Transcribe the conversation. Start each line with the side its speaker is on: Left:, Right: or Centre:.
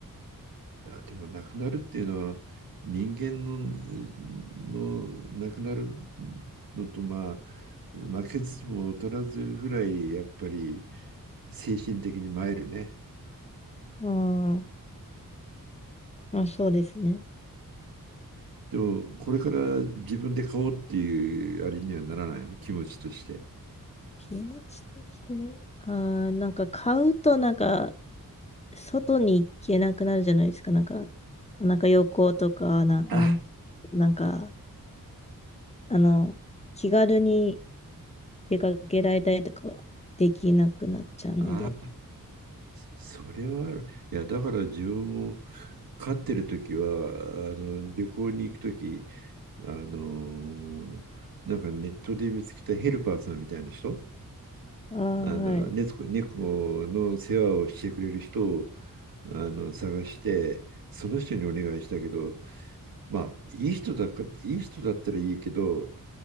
Right: あ、でも亡くなるっていうのは、人間の、の亡くなるのと、まあ、負けずとも劣らずぐらい、やっぱり精神的に参るね。
Left: ああ、まあそうですね。
Right: でも、これから自分で飼おうっていうあれにはならないの、気持ちとして。
Left: 気持ちとして。あーなんか買うとなんか、外に行けなくなるじゃないですか。なんか、なんか旅行とか、な、
Right: あ
Left: なん、なんか、あの、気軽に出かけられたりとかはできなくなっちゃうので、
Right: あ、それはある。いや、だから自分も飼ってる時は、あの旅行に行く時、あのなんかネットで見つけたヘルパーさんみたいな人、
Left: ああ、
Right: あの猫、
Left: はい。
Right: 猫の世話をしてくれる人をあの探して、その人にお願いしたけど、まあ、いい人だか、いい人だったらいいけど、